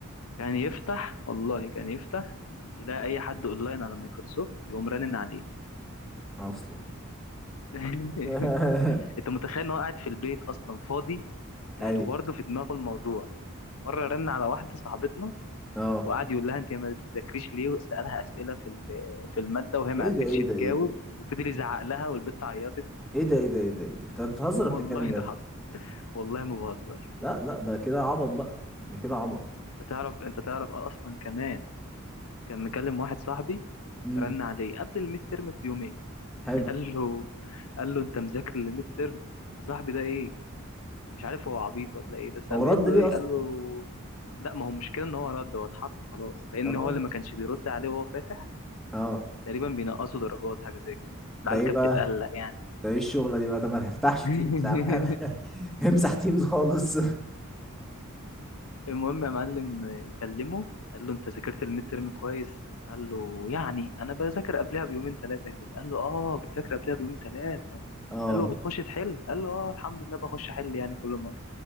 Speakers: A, on the left (about 75°); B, in the centre.
A: كان يفتح والله كان يفتح يلاقي اي حد اونلاين على مايكروسوفت يقوم رنن عليه
B: اصلا
A: <laughs>
B: <laughs>
A: انت متخيل ان هو قاعد في البيت اصلا فاضي يعني
B: ايوه
A: وبرضه في دماغه الموضوع يعني مره رن على واحده صاحبتنا
B: اه
A: وقعد يقول لها انت ما بتذاكريش ليه وسالها اسئله في ال- في الماده وهي ما
B: ايه
A: عرفتش
B: ده ايه ده ايه
A: تجاوب
B: ده
A: وفضل يزعق لها والبت عيطت
B: ايه ده ايه ده ايه ده ايه ده انت بتهزر
A: <laughs>
B: ولا بتتكلم
A: والله
B: جد
A: ده حصل والله ما بهزر
B: لا لا ده كده عبط بقى ده كده عبط
A: انت تعرف انت تعرف اصلا كمان كان مكلم واحد صاحبي
B: امم
A: رن عليه قبل الميد ترم بيومين <laughs>
B: حلو
A: قال له قال له انت مذاكر الميد ترم صاحبي ده ايه مش عارف هو عبيط ولا ايه بس
B: هو
A: قام
B: رد
A: قايل له
B: ليه
A: ايه
B: اصلا
A: قال له لا ما هو المشكله ان هو رد هو اتحط خلاص لان
B: اه
A: هو اللي ما كانش بيرد عليه وهو فاتح
B: اه
A: كان تقريبا بينقصوا درجات حاجه زي كده
B: ده
A: العيال
B: ايه
A: كانت
B: بقى
A: بتقلق يعني
B: ده ايه الشغله دي بقى طب ما تفتحش
A: <laughs>
B: تيمز يا عم <laughs> امسح تيمز خالص
A: المهم يا معلم كلمه قال له انت ذاكرت الميد ترم كويس قال له يعني انا بذاكر قبلها بيومين ثلاثه كده قال له اه بتذاكر قبلها بيومين ثلاثه
B: اه
A: قال له بتخش تحل قال له اه الحمد لله بخش احل يعني كل مره